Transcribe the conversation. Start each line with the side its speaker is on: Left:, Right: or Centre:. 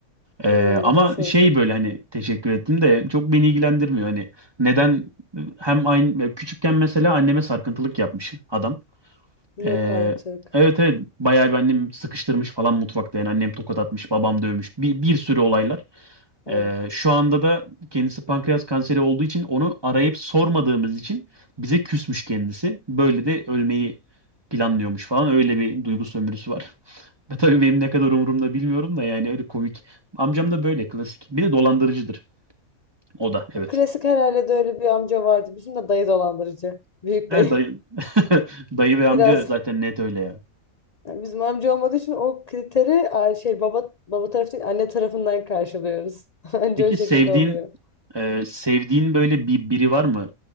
Right: E,
Left: Hmm, geçmiş
Right: ama
Left: olsun.
Right: şey böyle hani teşekkür ettim de çok beni ilgilendirmiyor. Hani neden hem aynı küçükken mesela anneme sarkıntılık yapmış adam.
Left: Yok
Right: E,
Left: artık.
Right: evet evet bayağı bir annem sıkıştırmış falan mutfakta yani annem tokat atmış babam dövmüş bir, bir sürü olaylar.
Left: Of.
Right: Ee, şu anda da kendisi pankreas kanseri olduğu için onu arayıp sormadığımız için bize küsmüş kendisi. Böyle de ölmeyi planlıyormuş falan. Öyle bir duygu sömürüsü var. <laughs> Ve tabii benim ne kadar umurumda bilmiyorum da yani öyle komik. Amcam da böyle klasik. Bir de dolandırıcıdır. O da evet.
Left: O klasik herhalde de öyle bir amca vardı. Bizim de dayı dolandırıcı. Büyük
Right: Evet
Left: dayı.
Right: dayı. <laughs> Dayı ve amca
Left: <laughs> Biraz.
Right: zaten net öyle ya.
Left: Yani bizim amca olmadığı için o kriteri ay, şey baba baba tarafı değil anne tarafından karşılıyoruz. <laughs> Anca
Right: Peki
Left: o şekilde
Right: sevdiğin
Left: oluyor.
Right: e, sevdiğin böyle bir biri var mı?